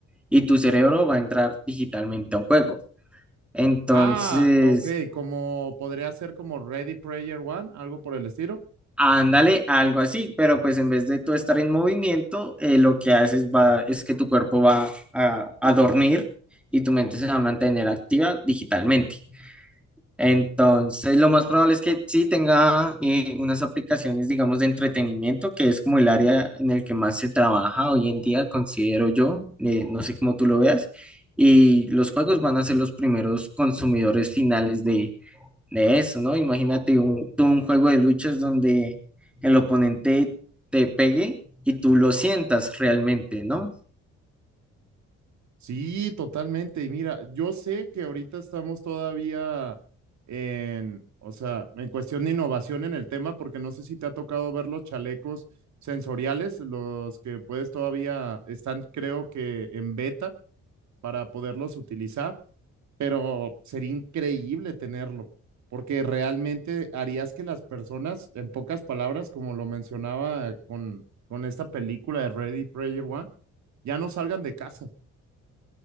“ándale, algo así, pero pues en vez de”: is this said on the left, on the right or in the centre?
Centre